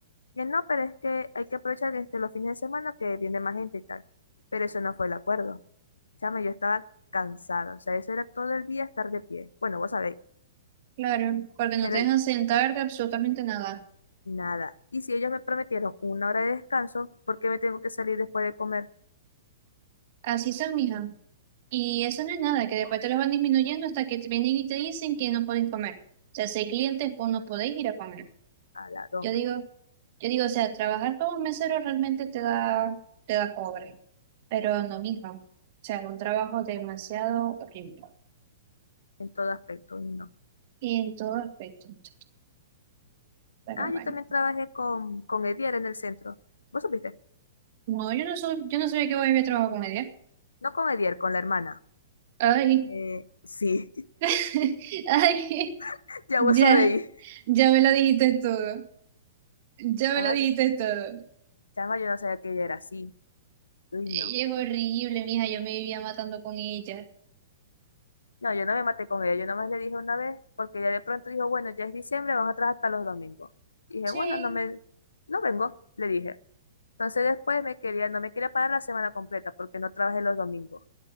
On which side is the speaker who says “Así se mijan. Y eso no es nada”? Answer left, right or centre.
Right